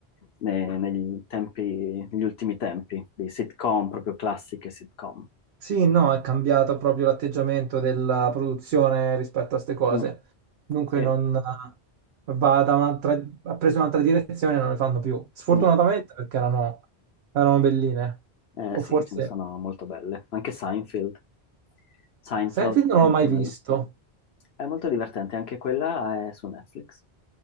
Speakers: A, on the left; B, on the right.
A: ne- negli tempi, negli ultimi tempi, di sitcom, proprio classiche sitcom.
B: Sì, no, è cambiato proprio l'atteggiamento della produzione rispetto a queste cose.
A: Mm.
B: Dunque
A: Sì.
B: non eh, va da un'altra... ha preso un'altra direzione e non le fanno più. Sfortunatamente
A: Mm.
B: perché erano, erano belline.
A: Eh
B: O
A: sì,
B: forse...
A: ce ne sono molto belle. Anche Seinfeld. Seinfeld,
B: Seinfeld non
A: molto
B: l'ho mai
A: bella.
B: visto.
A: È molto divertente, anche quella è su Netflix,